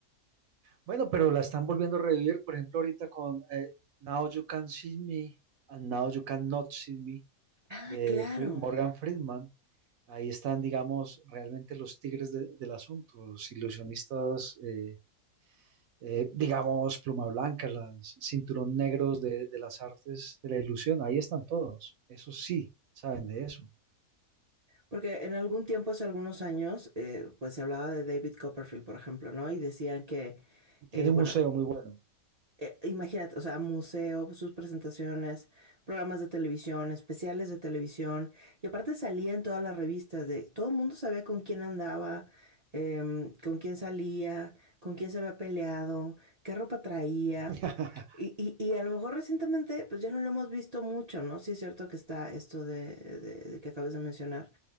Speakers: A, on the right (about 70°); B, on the right (about 50°).
A: Bueno, pero la están volviendo a revivir, por ejemplo, ahorita con eh, Now You Can See Me and Now You Can Not See Me
B: Ah,
A: de
B: claro.
A: Fri- Morgan Friedman. Ahí están, digamos, realmente los tigres de- del asunto, los ilusionistas, eh, eh, digamos, pluma blanca, los cinturón negros de, de las artes de la ilusión. Ahí están todos. Eso sí, saben de eso.
B: Porque en algún tiempo, hace algunos años, eh, pues se hablaba de David Copperfield, por ejemplo, ¿no? Y decían que,
A: Y tiene
B: eh, bueno,
A: un museo muy bueno.
B: eh, imagínate, o sea, museo, sus presentaciones, programas de televisión, especiales de televisión, y aparte salía en todas las revistas de, todo el mundo sabía con quién andaba, em, con quién salía, con quién se había peleado, qué ropa traía.
A: <laughs>
B: Y, y- y a lo mejor recientemente, pues ya no lo hemos visto mucho, ¿no? Sí es cierto que está esto de, de- de que acabas de mencionar,